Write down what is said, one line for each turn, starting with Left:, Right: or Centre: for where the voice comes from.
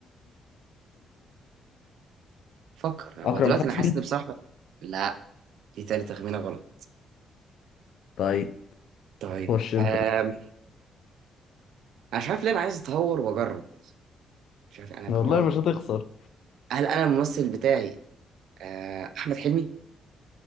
Right: فكر
Left: اكرم
Right: هو دلوقتي
Left: حسني
Right: انا حاسس ان بصراحه لا دي تاني تخمينه غلط
Left: طيب
Right: طيب
Left: خش انت
Right: آم، انا مش عارف ليه انا عايز اتهور واجرب مش عارف انا قررت
Left: والله مش هتخسر
Right: هل انا الممثل بتاعي آه، احمد حلمي